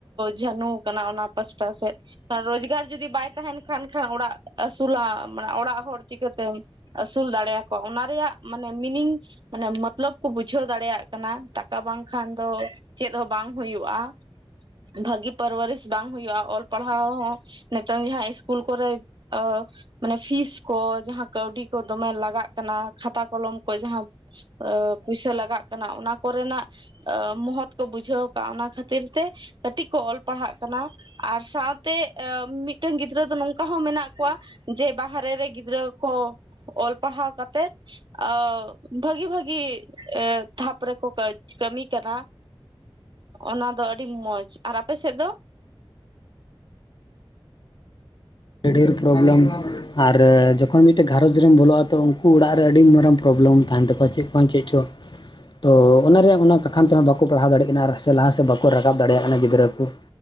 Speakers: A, on the right; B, on the left.
A: ᱡᱷᱟᱹᱱᱩ ᱟᱠᱟᱱᱟ ᱚᱱᱟ ᱯᱟᱥᱴᱟ ᱥᱮᱫ ᱟᱨ ᱨᱳᱡᱽᱜᱟᱨ ᱡᱩᱫᱤ ᱵᱟᱭ ᱛᱟᱦᱮᱱ ᱠᱷᱟᱱ ᱠᱷᱟᱡ ᱚᱲᱟᱜ ᱟᱹᱥᱩᱞᱚᱜ ᱟᱢ ᱢᱟᱱᱮ ᱚᱲᱟᱜ ᱦᱚᱲ ᱪᱤᱠᱟᱹᱛᱮᱢ ᱟᱹᱥᱩᱞ ᱫᱟᱲᱮᱭ ᱟᱠᱚᱣᱟ ᱚᱱᱟ ᱨᱮᱭᱟᱜ ᱢᱟᱱᱮ ᱢᱤᱱᱤᱝ ᱢᱟᱱᱮ ᱢᱚᱛᱞᱚᱵᱽ ᱠᱚ ᱵᱩᱡᱷᱟᱹᱣ ᱫᱟᱲᱮᱭᱟᱜ ᱠᱟᱱᱟ᱾ ᱴᱟᱠᱟ ᱵᱟᱝᱠᱷᱟᱱ ᱫᱚ ᱪᱮᱫ ᱦᱚᱸ ᱵᱟᱝ ᱦᱩᱭᱩᱜᱼᱟ᱾ ᱵᱷᱟᱹᱜᱤ ᱯᱟᱨᱣᱟᱨᱤᱥ ᱵᱟᱝ ᱦᱩᱭᱩᱜᱼᱟ ᱚᱞ ᱯᱟᱲᱦᱟᱣ ᱦᱚᱸ ᱱᱤᱛᱚᱝ ᱡᱟᱦᱟᱸ ᱤᱥᱠᱩᱞ ᱠᱚᱨᱮ ᱟ ᱚᱱᱮ ᱯᱷᱤᱥ ᱠᱚ ᱡᱟᱦᱟᱸ ᱠᱟᱹᱣᱰᱤ ᱠᱚ ᱫᱚᱢᱮ ᱞᱟᱜᱟᱜ ᱠᱟᱱᱟ᱾ ᱠᱷᱟᱛᱟ ᱠᱚᱞᱚᱢ ᱠᱚ ᱡᱟᱦᱟᱸ ᱟ ᱯᱩᱭᱥᱟᱹ ᱞᱟᱜᱟᱜ ᱠᱟᱱᱟ᱾ ᱚᱱᱟ ᱠᱚᱨᱮᱱᱟᱜ ᱟᱹᱢ ᱢᱚᱦᱚᱛ ᱠᱚ ᱵᱩᱡᱷᱟᱹᱣ ᱟᱠᱟᱫᱼᱟ ᱚᱱᱟ ᱠᱷᱟᱹᱛᱤᱨ ᱛᱮ ᱠᱟᱹᱴᱤᱡ ᱠᱚ ᱚᱞ ᱯᱟᱲᱦᱟᱜ ᱠᱟᱱᱟ᱾ ᱟᱨ ᱥᱟᱶᱛᱮ ᱟᱹᱢ ᱢᱤᱫᱴᱮᱱ ᱜᱤᱫᱽᱨᱟᱹ ᱫᱚ ᱱᱚᱝᱠᱟ ᱦᱚᱸ ᱢᱮᱱᱟᱜ ᱠᱚᱣᱟ ᱡᱮ ᱵᱟᱦᱨᱮ ᱨᱮ ᱜᱤᱫᱽᱨᱟᱹ ᱠᱚ ᱚᱞ ᱯᱟᱲᱦᱟᱣ ᱠᱟᱛᱮᱜ ᱟᱹ ᱵᱷᱟᱹᱜᱤᱼᱵᱷᱟᱹᱜᱤ ᱮ ᱫᱷᱟᱯ ᱨᱮᱠᱚ ᱠᱟᱹᱡᱽ ᱠᱟᱹᱢᱤ ᱠᱟᱱᱟ᱾ ᱚᱱᱟ ᱫᱚ ᱟᱹᱰᱤ ᱢᱚᱸᱡᱽ ᱟᱨ ᱟᱯᱮ ᱥᱮᱫ ᱫᱚ?
B: ᱟᱹᱰᱤᱼᱟᱹᱰᱤ ᱯᱨᱚᱵᱞᱮᱢ <unintelligible> ᱟᱨ ᱡᱚᱠᱷᱚᱱ ᱢᱤᱫᱴᱮᱱ ᱜᱷᱟᱨᱚᱸᱡᱽ ᱨᱮᱢ ᱵᱚᱞᱚᱜᱼᱟ ᱛᱚ ᱩᱱᱠᱩ ᱚᱲᱟᱜ ᱨᱮ ᱟᱹᱰᱤ ᱢᱟᱨᱟᱝ ᱯᱨᱚᱵᱞᱮᱢ ᱛᱟᱦᱮᱱ ᱛᱟᱠᱚᱣᱟ᱾ ᱪᱮᱫ ᱠᱷᱚᱱ ᱪᱮᱫ ᱪᱚᱝ ᱛᱚ ᱚᱱᱟ ᱨᱮᱭᱟᱝ ᱚᱱᱟ ᱠᱟᱠᱷᱟᱱ ᱛᱮᱦᱚᱸ ᱵᱟᱠᱚ ᱯᱟᱲᱦᱟᱣ ᱫᱟᱲᱮᱭᱟᱜ ᱠᱟᱱᱟ ᱦᱮᱸ ᱥᱮ ᱟᱨ ᱞᱟᱦᱟ ᱥᱮᱫ ᱵᱟᱠᱚ ᱨᱟᱠᱟᱵᱽ ᱫᱟᱲᱮᱭᱟᱜ ᱠᱟᱱᱟ ᱜᱤᱫᱽᱨᱟᱹ ᱠᱚ